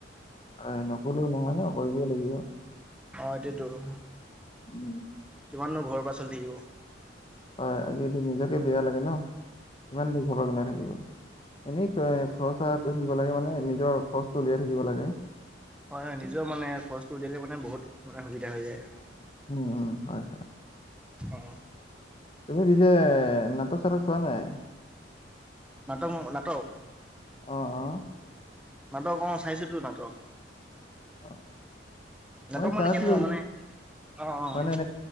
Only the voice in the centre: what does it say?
অঁ এইটোৱেতো
কিমান নো ঘৰৰ পৰা চলি থাকিব
অঁ
এইটোতো
হয় হয় নিজৰ মানে খৰচটো উলিয়ালে মানে বহুত মানে সুবিধা হৈ যায় আৰু
অঁ
নাট নাটক
নাটক অঁ চাইছো তো নাটক
নাটক
মানে
কেনেকুৱা মানে অঁ অঁ